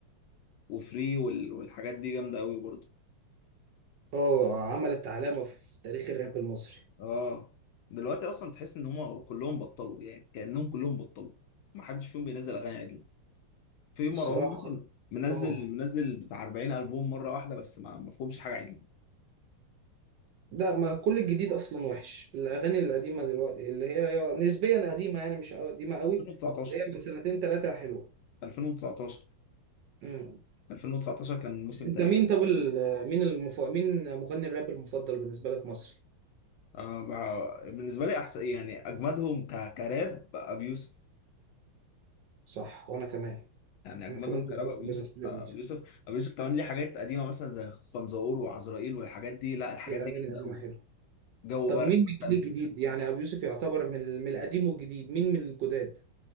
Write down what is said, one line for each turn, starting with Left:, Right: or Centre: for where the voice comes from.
Left: وفري وال... والحاجات دي جامده قوي برضو
Right: اه عملت علامة في تاريخ الراب المصري
Left: اه دلوقتي اصلا تحس ان هم كلهم بطلوا يعني كانهم كلهم بطلوا ما حدش فيهم بينزل اغاني عدل في مروان
Right: الصراحة
Left: موسى منزل
Right: اه
Left: منزل بتاع 40 ألبوم مرة واحدة بس ما ما فيهمش حاجة عدل
Right: لا ما كل الجديد أصلا وحش الأغاني القديمة دلوقتي اللي هي نسبيا قديمة يعني مش قديمة قوي
Left: 2019
Right: اللي هي من سنتين تلاتة حلوة
Left: 2019
Right: مم.
Left: 2019 كان موسم
Right: أنت
Left: تاريخي
Right: مين طب ال- مين المف... مين مغني الراب المفضل بالنسبة لك مصري؟
Left: آه بع- بالنسبة لي أحسن يعني أجمدهم ك- كراب أبو يوسف
Right: صح وأنا كمان
Left: يعني أجمدهم
Right: أنا كمان المفضل
Left: كراب أبو يوسف
Right: بالنسبة لي
Left: آه،
Right: أبو يوسف.
Left: أبو يوسف أبو يوسف كمان ليه حاجات قديمة مثلا زي خنزقور وعزرائيل والحاجات دي لا الحاجات
Right: دي
Left: دي
Right: أغاني
Left: جامدة
Right: قديمة
Left: أوي
Right: حلوة
Left: جو
Right: طب
Left: برد
Right: مين من
Left: مثلا
Right: الجيل الجديد يعني أبو يوسف يعتبر من من القديم والجديد مين من الجداد؟